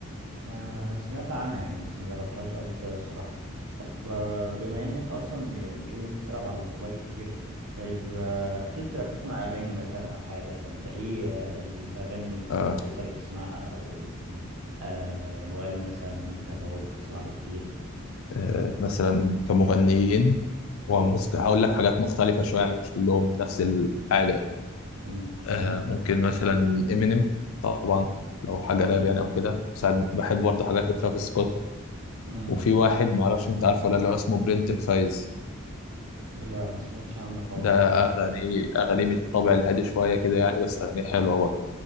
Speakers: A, on the right (about 80°); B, on the left (about 70°).
A: آه، سمعت عنها يعني بس ما جربتهاش قبل كده الصراحة طب آه، بما ان انت اصلا يعني بتقول ان انت بتلعب على الموبايل كتير طيب آه، اكيد بتبقى بتسمع اغاني مثلا او حاجة فانت ايه آه، الاغاني الكويسة
B: آه.
A: اللي بتسمعها او آه، مغني مثلا متابعه فبتسمع له كتير
B: آه. مثلا كمغنيين وموسيقى
A: مم،
B: هقول لك حاجات مختلفة شوية يعني مش كلهم نفس الحاجة
A: مم،
B: آه. ممكن مثلا إمينيم طبعا لو حاجة راب
A: مم،
B: يعني أو كده ساعات بحب برضه حاجات لترافيس سكوت
A: مم.
B: وفي واحد معرفش أنت عارفه ولا لا اللي هو اسمه برنت فايز
A: لا ما سمعتش عنه خالص
B: ده أغاني أغاني من الطابع الهادي شوية كده يعني بس أغاني حلوة برضه